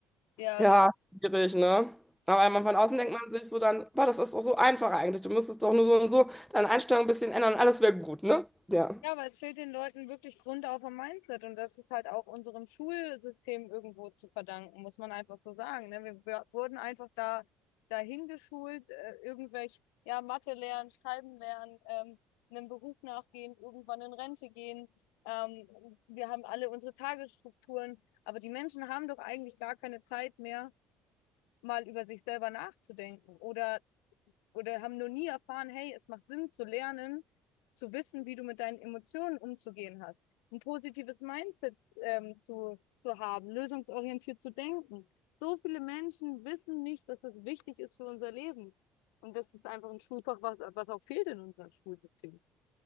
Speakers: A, on the left; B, in the centre.
A: Ja,
B: Ja,
A: richtig.
B: schwierig, ne? Aber wenn man von außen denkt man sich so dann, boah, das ist doch so einfach eigentlich. Du müsstest doch nur so und so deine Einstellung ein bisschen ändern und alles wäre gut, ne? Ja.
A: Ja, aber es fehlt den Leuten wirklich grundauf am Mindset und das ist halt auch unserem Schulsystem irgendwo zu verdanken, muss man einfach so sagen. Ne? Wir, wir wurden einfach da dahin geschult, äh, irgendwelche, ja, Mathe lernen, Schreiben lernen, ähm, einem Beruf nachgehen, irgendwann in Rente gehen. Ähm, wir haben alle unsere Tagesstrukturen, aber die Menschen haben doch eigentlich gar keine Zeit mehr, mal über sich selber nachzudenken oder oder haben noch nie erfahren, hey, es macht Sinn zu lernen, zu wissen, wie du mit deinen Emotionen umzugehen hast, ein positives Mindset ähm, zu, zu haben, lösungsorientiert zu denken. So viele Menschen wissen nicht, dass das wichtig ist für unser Leben. Und das ist einfach ein Schulfach, was, was auch fehlt in unserem Schulsystem.